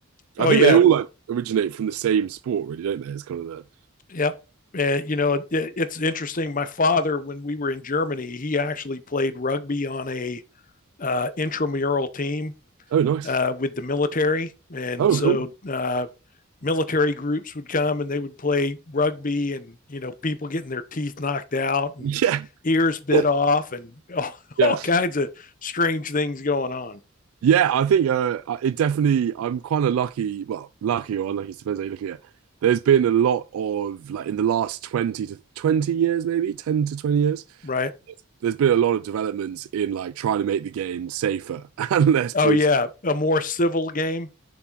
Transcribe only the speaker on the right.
I think
they all like originate from the same sport, really, don't they? It's kind of the
oh nice,
oh
cool,
yeah,
<laughs>
yeah.
Yeah, I think uh, it definitely. I'm kind of lucky. Well, lucky or unlucky, it depends how you look at it. There's been a lot of like in the last 20 to 20 years, maybe 10 to 20 years.
There's been a lot of developments in like trying to make the game safer <laughs> and less brutal.